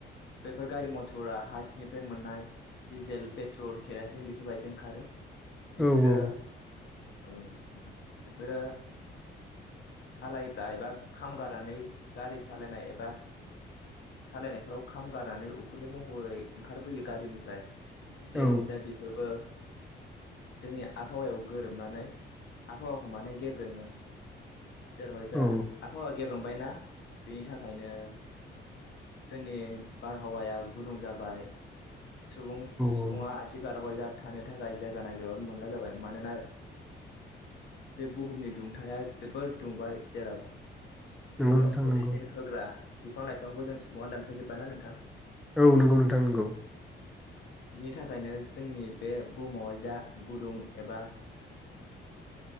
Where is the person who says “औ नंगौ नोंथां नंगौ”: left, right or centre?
Centre